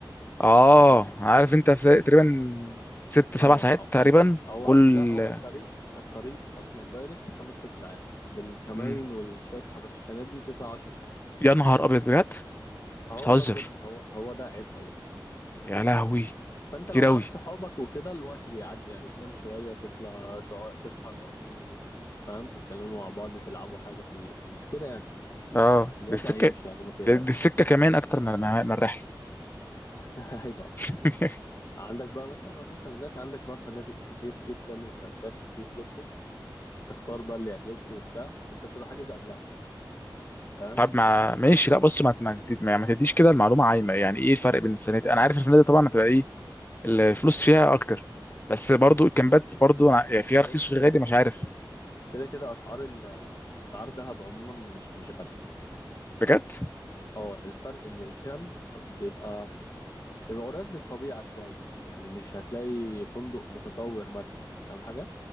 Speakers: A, on the left; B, on the left.
A: اه عارف انت في تقريبا ست سبع
B: اه
A: ساعات
B: هو
A: تقريبا
B: هو-
A: كل
B: لا هو الطريق الطريق اصلا دايركت خمس ست ساعات بالكمين
A: مم.
B: وشويه الحبشكنات دي تسعة عشر ساعات
A: يا نهار ابيض بجد
B: اه
A: بتهزر
B: والله بجد هو هو ده عيبها بس
A: يا لهوي
B: فانت
A: كتير
B: لو معاك
A: اوي
B: صحابك وكده الوقت بيعدي يعني تنام شويه تطلع تقع- تصحى تقعدوا فاهم تتكلموا مع بعض تلعبوا حاجه في الاتوبيس كده يعني
A: اه
B: الوقت
A: دي السكه
B: هيمشي يعني ما تقلقش
A: دي دي السكه كمان اكتر من من من الرحله
B: <laughs> ايوه
A: <laughs>
B: عندك بقى مثلا هتوصل هناك عندك بقى فنادق كتير جدا وكامبات كتير جدا تختار بقى اللي يعجبك وبتاع انت بتبقى حاجز قبلها فاهم
A: طب ما ماشي لا بص ما ما تدي- ما يعني ما تديش كده المعلومه عايمه يعني ايه الفرق بين الفنادق انا عارف الفنادق طبعا هتبقى ايه الفلوس فيها اكتر بس برضو الكامبات برضو ع- يعني فيها رخيص
B: بص
A: وفيها
B: هو
A: غالي مش عارف
B: كده كده اسعار ال- اسعار دهب عموما مش مش غاليه
A: بجد
B: اه الفرق ان الكامب بيبقى بيبقى قريب للطبيعه شويه يعني مش هتلاقي فندق متطور مثلا فاهم حاجه